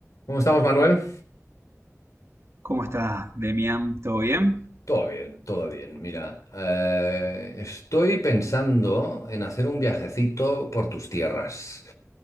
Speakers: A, on the left; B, on the right.
A: ¿Cómo estamos, Manuel?
B: ¿Cómo estás, Demian? ¿Todo bien?
A: Todo bien, todo bien. Mira, eh, estoy pensando en hacer un viajecito por tus tierras.